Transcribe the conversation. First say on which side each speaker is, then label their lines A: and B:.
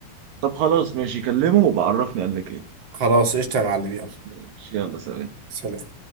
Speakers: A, on the right (about 75°); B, on the right (about 35°).
A: طب خلاص ماشي كلمه وبعرفني قال لك ايه
B: خلاص قشطه يا معلم يلا
A: ماشي يلا سلام
B: سلام